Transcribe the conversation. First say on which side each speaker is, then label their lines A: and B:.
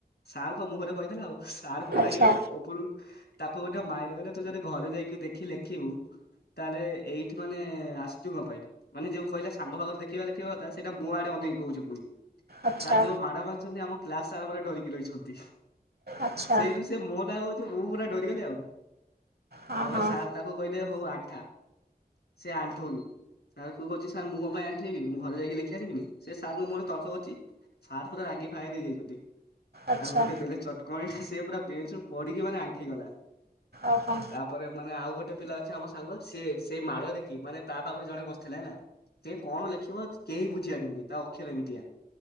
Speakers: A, on the left; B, on the right.
A: ସାର୍ଙ୍କ ମୁହଁରେ କହିଦେଲା ଆଉ, ସାର୍ ପୁରା
B: ଆଚ୍ଛା
A: ରାଗିଗଲେ ଉପରୁ ତାକୁ ଗୋଟେ ମାଇଲେ ବଲେ, ତୁ ଯଦି ଘରେ ଯାଇକି ଦେଖି ଲେଖିବୁ ତାହେଲେ ଏଇଠି ମାନେ ଆସିଛୁ କଣ ପାଇଁ? ମାନେ ଯୋଉ କହିଲ ସାଙ୍ଗ ପାଖରେ ଦେଖିବା ଦେଖିବା କଥା ସେଇଟା ମୋ ଆଡେ ଅନେକି କହୁଛି ପୁଣି।
B: ଆଚ୍ଛା
A: ସାର୍ ଯୋଉ ମାଡମାରିଛନ୍ତି ଆମ କ୍ଲାସ ସାରା ପରେ ଡରିକି ରହିଛନ୍ତି
B: ଆଚ୍ଛା
A: ସେଇଠୁ ସେ ମୋ ନାଁ କହୁଛି ମୁଁ ପୁରା ଡରିଗଲି ଆଉ
B: ହଁ
A: ତାପରେ
B: ହଁ
A: ସାର୍ ତା ତାକୁ କହିଲେ ହଉ ଆଣ୍ଠା ସେ ଆଣ୍ଠୁନି। ସାର୍ କୁ କହୁଛି ସାର୍ ମୁଁ କଣ ପାଇଁ ଆଣ୍ଠେଇବି ମୁଁ ଘରେ ଯାଇକି ଲେଖିଆନିବିନି ସେ ସାରଙ୍କ ମୁହଁରେ ଉତ୍ତର ଦେଉଛି। ସାର୍ ପୁରା ରାଗି ଫାୟାର ହେଇଯାଇଛନ୍ତି।
B: ଆଚ୍ଛା
A: ତାକୁ ଗୋଟେ ଦେଲେ ଚଟକଣି ଟା ସେ ପୁରା ବେଞ୍ଚ ପଡିକି ମାନେ ଆଣ୍ଠେଇଗଲା।
B: ଓହୋ।
A: ତାପରେ ମାନେ ଆଉ ଗୋଟେ ପିଲା ଅଛି ଆମ ସାଙ୍ଗ ସେଏ ସେଇ ମାଡ଼ ଦେଖି ମାନେ ତା ପାଖରେ ଜଣେ ବସିଥିଲା ହେଲା। ସେ କଣ ଲେଖିବ କେହି ବୁଝିପାରିବନି ତା ଅକ୍ଷରେ ଏମିତିଆ।